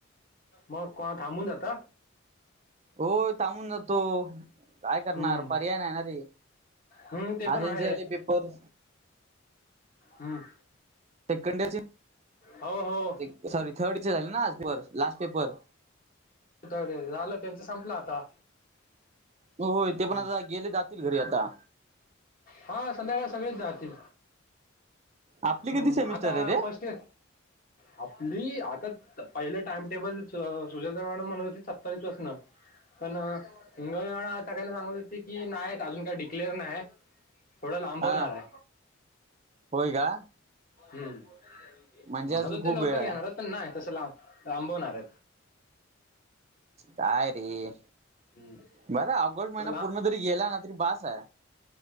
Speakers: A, on the left; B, on the right.
A: मग कोणा थांबून जात.
B: हो थांबून जातो. काय करणार
A: हं,
B: पर्याय नाही ना ती.
A: हं, ते पण
B: आज
A: आहे
B: यांजरॅली
A: रे
B: पेपर.
A: हम्म.
B: सेकंड इयर,
A: हो हो
B: सॉरी थर्ड चे झाले ना आज लास्ट पेपर.
A: थर्ड झालं त्यांच संपलं आता.
B: ह होय ते
A: हम्म
B: पण आता गेले जातील घरी आता.
A: हा संध्याकाळ सगळेच जातील.
B: आपली
A: हम्म
B: किती सेमिस्टर
A: आता
B: आहे रे
A: फस्ट आपली आता पहिलं टाइम टेबल स सुजाता सुजाता मॅडम म्हणत होती सत्तावीस पासनं. पण हिंगवली मॅडम सगळ्यांना सांगत होते की, नाय अजून काही डिक्लेअर नाय. थोडा लांबवणारे.
B: हा होय का
A: हम्म
B: म्हणजे
A: म्हणत
B: अजून
A: हो शते
B: खूप
A: लवकर
B: वेळ आहे
A: घेणारे. पण नाय. तसं लाब लांबवणारे.
B: काय रे.
A: हम्म
B: बरं ऑगस्ट महिना
A: ला
B: पूर्ण जरी गेला ना तरी बसे.